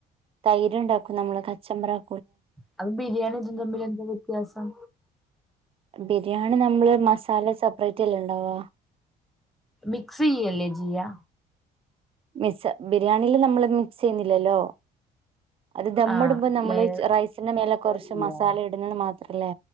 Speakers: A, on the right (about 35°); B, in the centre.
A: തൈര് ഉണ്ടാക്കും നമ്മള് കച്ചമ്പരം.
B: അപ്പം ബിരിയാണിം ഇതും തമ്മിലെന്താ വ്യത്യാസം.
A: ബിരിയാണി നമ്മള് മസാല സെപ്പറേറ്റ് അല്ലേ ഇണ്ടാവാ
B: മിക്സിയല്ലേ ചിയ്യ.
A: മിക്സ് ബിരിയാണില് നമ്മള് മിക്സെയ്യുന്നില്ലല്ലോ അത് ദമ്മിടുമ്പോ
B: ആഹ്
A: നമ്മള്
B: ലെയർ
A: റൈസിന്റെ മേലെ
B: ലെയർ
A: കൊറച്ച്
B: ചെയ്യാ
A: മസാല ഇടുന്ന ന്ന് മാത്രല്ലേ.